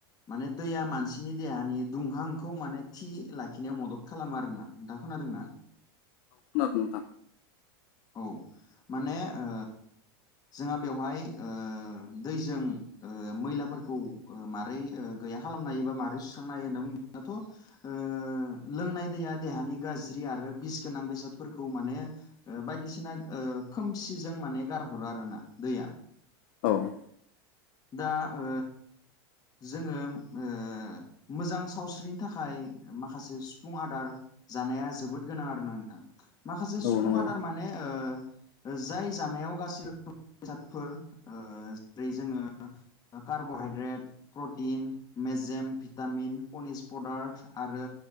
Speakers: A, on the left; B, on the left.
A: माने दैया मानसिनि देहानि दुंहांखौ माने थि लाखिनायाव मदद खालामो आरोना दा खोनादों ना?
B: खोनादों नोंथां।
A: <inaudible> औ माने ओ जोंहा बेवहाय ओ दैजों ओ मैलाफोरखौ ओ मारै ओ गैया खालामनो हायो बा मारोरै सुस्रांनो हायो होनना बुङोबाथ' ओ लोंनाय दैया देहानि गाज्रि आरो बिस गोनां बेसादफोरखौ माने ओ बायदिसिना ओ खोमसिजों माने गारहरो आरो ना दैया।
B: औ
A: दा ओ जोङो ओ मोजां सावस्रिनि थाखाय माखासे सुफुं आदार जानाया जोबोद गोनां आरोना नोंथां माखासे
B: औ
A: सुफुं
B: नंगौ
A: आदार माने ओ जाय जानायाव गाज्रि रोखोमनि बेजादफोर ओ जेरै जोङो बा कब'हायद्रेट प्रटिन मेजेम भिटामिन कनिस प्रडाक्ट आरो